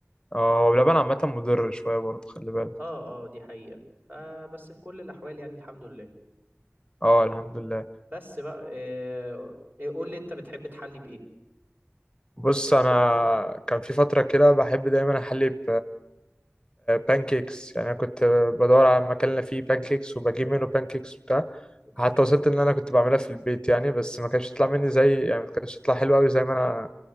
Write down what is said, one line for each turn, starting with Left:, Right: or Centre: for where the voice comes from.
Left: اه هو بلبن عامه مضر شويه برضو خلي بالك
Right: اه اه دي حقيقة فبس في كل الأحوال يعني الحمد لله
Left: اه الحمد لله
Right: بس بقى آه، آه، قول لي أنت بتحب تحلي بإيه؟
Left: بص انا كان في فتره كده بحب دايما احلي ب بانكيكس يعني انا كنت بدور على مكان اللي
Right: مم.
Left: فيه بانكيكس وبجيب منه بانكيكس وبتاع
Right: أوكي
Left: حتى وصلت ان انا كنت بعملها في البيت يعني بس ما كانش يطلع مني زي يعني ما كانش يطلع حلو قوي زي ما انا